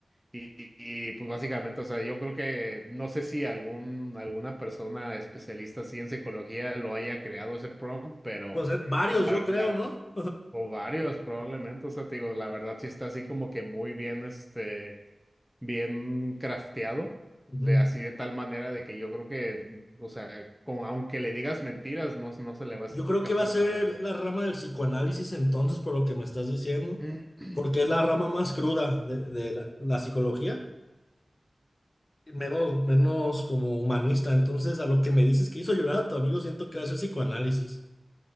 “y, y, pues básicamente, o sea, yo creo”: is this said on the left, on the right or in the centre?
Centre